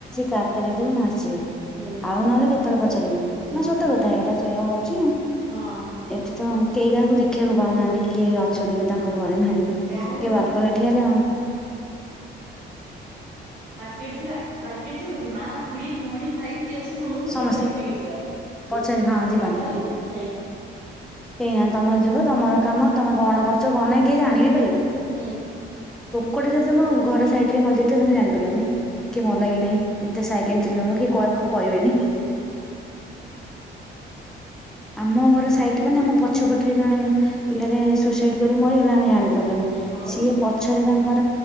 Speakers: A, in the centre; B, on the right.
A: କାଡ୍ ଟେ ଦେଇଦେବେ ନା
B: ହୁଁ
A: ଆଉ ନହେଲେ କେତେବେଳେ ପଚାରିବେନି
B: ହୁଁ
A: ନା ସତ କଥା ଏଇଟା ସେଇଆ ହଉଛି।
B: ହଁ
A: ଏଠି ତ କେହି କାହାକୁ ଦେଖି ଦେଖିବାକୁ ପାଉନାହାନ୍ତି କିଏ ଅଛନ୍ତି କି ତାଙ୍କ ଘରେ ନାହିଁ କିଏ
B: ଗାଁରେ ଯଦି
A: ବାଲକନ ଠିଆ ହେଲେ ହଁ?
B: କେ ଯିବା ମାରକେଟ୍ ଯିବ କି ମା ଖୁଡି ଭଉଣୀ ଭାଇ ଏ ଅଛନ୍ତି ସମସ୍ତଙ୍କୁ
A: ସମସ୍ତେ
B: ପଚାରିକି ନେଇକି ଯିବା
A: ପଚାରି
B: ଏ
A: ହଁ ଯିବା।
B: ବାହାରେ ନାଇଁ
A: କେହି ନାହାନ୍ତି ତମେ ଯିବ ତମର କାମ ତମେ କଣ କରୁଛ କଣ ନାଇ କିଏ ଜାଣିବି?
B: ହୁଁ।
A: କୁଆଡ଼େ <unintelligible> ଘର ସାଇଡ ରେ ମରିଯାଇଥିବା ତମେ ଜନିପାରିବନି। କିଏ
B: ହୁଁ
A: ମଲା କି ନାହିଁ। ଏତେ ସାଇଲେଣ୍ଟ କାହାକୁ କହିବେନି <inaudible> ଆମ ଘର ସାଇଟରେ ମାନେ ପଛପଟରେ ଜଣେ ପିଲାଟେ ସୁସାଇଡ କରି ମରିଗଲା ଆମେ ଜାନ <unintelligible>
B: ଆଉ
A: ସିଏ ପଛରେ ତାଙ୍କ